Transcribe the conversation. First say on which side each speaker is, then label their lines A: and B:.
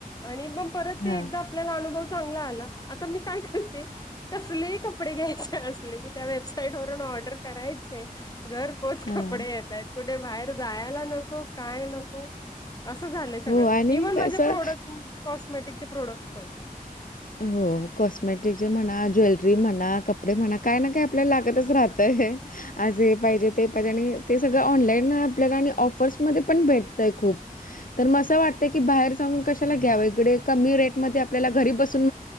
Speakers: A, on the left; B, on the left.
A: आणि मग परत ते
B: हां,
A: एकदा आपला अनुभव चांगला आला आता मी काय करते कसलेही कपडे घ्यायचे असले की त्या वेबसाईट वरून ऑर्डर करायचे आहे घर पोच
B: हां.
A: कपडे येतय कुठे बाहेर जायला नको काय नको असं झालंय सगळं
B: हो आणि
A: इव्हन माझे
B: कसं
A: प्रोडक्ट कॉस्मेटिकचे प्रोडक्ट पण
B: हो कॉस्मॅटिकचे म्हणा ज्वेलरी म्हणा कपडे म्हणा काय ना काय आपल्याला लागतच राहतंय आजे पाहिजे ते पाहिजे आणि ते सगळं ऑनलाईन आपल्याला आणि ऑफर्समध्येध्ये पण भेटतय खूप तर मग असं वाटतंय की बाहेर जाऊन कशाला घ्याव इकडे कमी रेट म आपल्याला घरी बस